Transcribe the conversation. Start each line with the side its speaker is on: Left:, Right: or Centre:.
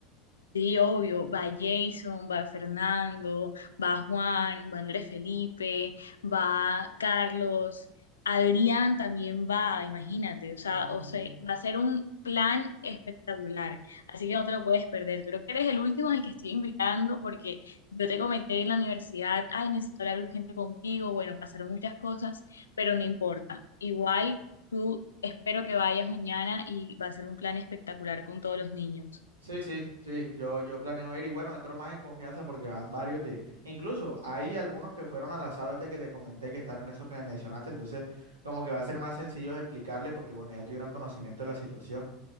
Left: Sí, obvio, va Jason, va Fernando, va Juan, va Andrés Felipe, va Carlos, Adrián también va, imagínate, o sea,
Right: Mm,
Left: o sea, va a ser un plan espectacular, así que no te lo puedes perder. Creo que eres el último al que estoy invitando porque yo te comenté en la universidad, ay, necesito hablar urgente contigo, bueno, pasaron muchas cosas, pero no importa, igual tú espero que vayas mañana y va a ser un plan espectacular con todos los niños.
Right: Sí, sí, sí, yo, yo planeo ir y bueno, entro más en confianza porque van varios de, incluso hay algunos que fueron al asado este que te comenté que están en eso que me mencionaste, entonces como que va a ser más sencillo explicarle porque bueno, ya tuvieron conocimiento de la situación.